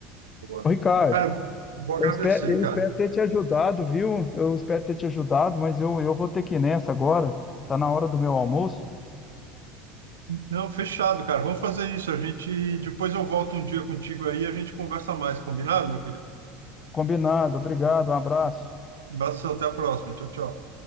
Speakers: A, on the right; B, on the left.
A: Boa.
B: Ô, Ricardo,
A: Cara, eu vou, vou agradecer,
B: eu espero, eu
A: cara.
B: espero ter te ajudado, viu? Eu espero ter te ajudado, mas eu, eu vou ter que ir nessa agora. Tá na hora do meu almoço.
A: Não, fechado, cara. Vamos fazer isso. A gente depois eu volto um dia contigo aí e a gente conversa mais, combinado, meu querido?
B: Combinado, obrigado, um abraço.
A: Um abraço, até a próxima. Tchau, tchau.